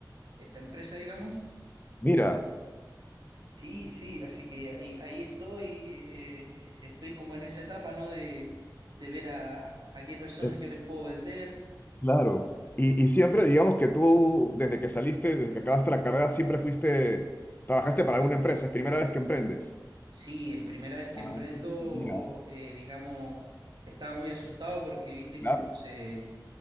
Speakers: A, on the right; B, on the left.
A: esta empresa, digamos.
B: Mira,
A: Sí, sí, así que ahí, ahí estoy, eh, estoy como en esa etapa, ¿no? De, de ver a, a qué personas
B: es-
A: yo les puedo vender.
B: claro. Y, y siempre, digamos que tú, desde que saliste, desde que acabaste la carrera, siempre fuiste, trabajaste para alguna empresa. Es primera vez que emprendes.
A: Sí, es primera vez que
B: Ah,
A: emprendo,
B: mira,
A: eh, digamos, estaba muy asustado porque viste
B: claro,
A: que uno se,